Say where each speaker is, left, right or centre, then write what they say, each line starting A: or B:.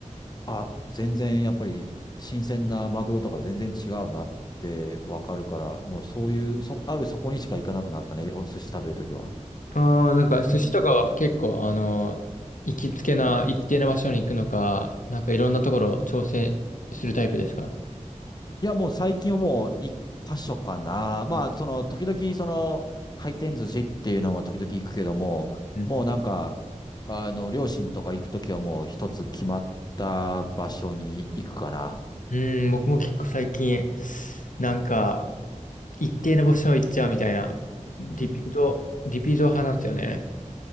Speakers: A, on the left; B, on the left.
A: あ、全然やっぱり新鮮なマグロとか全然違うなってわかるから、もうそういう、そ、あるそこにしか行かなくなったね、お寿司食べるときは。
B: ああ、なんか寿司とかは結構、
A: うん。
B: あの、行きつけな一定な場所に行くのか、なんかいろんなところを調整するタイプですか
A: いや、もう最近はもう一箇所かな。まあ、その、時々その、回転寿司っていうのも時々行くけども、
B: うん、
A: もうなんか、あの、両親とか行くときはもう一つ決まった場所に行くかな。
B: うん僕も結構最近、なんか、一定の場所行っちゃうみたいな、リピート、
A: うん
B: リピート派なんですよね。